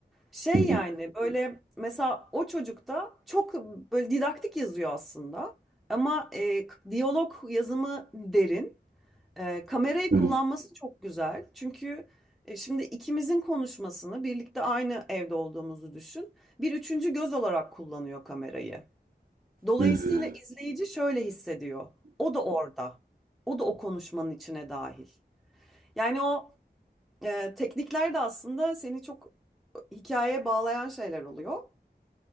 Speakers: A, in the centre; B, on the right.
A: Şey
B: Hı hı.
A: yani böyle mesela o çocukta çok böyle didaktik yazıyor aslında. Ama e, k- diyalog yazımı derin. Ee, kamerayı
B: Hı
A: kullanması
B: hı.
A: çok güzel. Çünkü e, şimdi ikimizin konuşmasını birlikte aynı evde olduğumuzu düşün. Bir üçüncü göz olarak kullanıyor kamerayı. Dolayısıyla
B: Hı. hı.
A: izleyici şöyle hissediyor. O da orada. O da o konuşmanın içine dahil. Yani o e, teknikler de aslında seni çok e, hikayeye bağlayan şeyler oluyor.